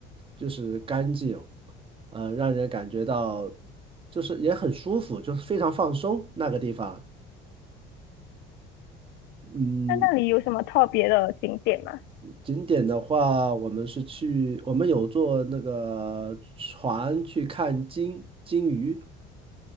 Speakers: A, on the right; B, on the left.
A: 就是干净，呃，让人感觉到就是也很舒服，就是非常放松那个地方。嗯，
B: 那那里有什么特别的景点吗？
A: 景点的话，我们是去，我们有坐那个船去看金金鱼。